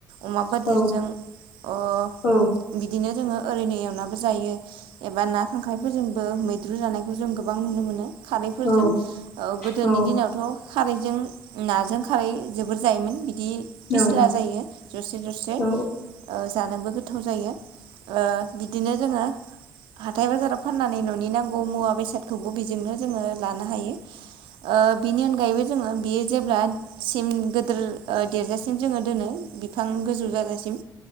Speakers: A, on the right; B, on the left.
A: अमा बदिरजों
B: औ
A: अ
B: औ
A: बिदिनो जोङो ओरैनो एवनाबो जायो एबा ना खांख्राइफोरजोंबो मैद द्रु जानायखौ जों गोबां नुनो मोनो खारैफोरजों।
B: औ
A: गोदोनि
B: औ
A: ओ दिनावथ' खारैजों नाजों खारै जोबोर जायोमोन। बिदि फिस्ला
B: औ
A: जायो जरसे जरसे
B: औ
A: जानोबो गोथाव जायो। ओ बिदिनो जोङो हाथाय बाजाराव फाननानै न'नि नांगौ मुवा बेसाद खौबो बेजोंनो जोङो लानो हायो। ओ बिनि अनगायैबो जोङो बियो जेब्ला सिम गोदोर ओ देरजासिम जोङो दोनो बिफां गोजौ जाजासिम।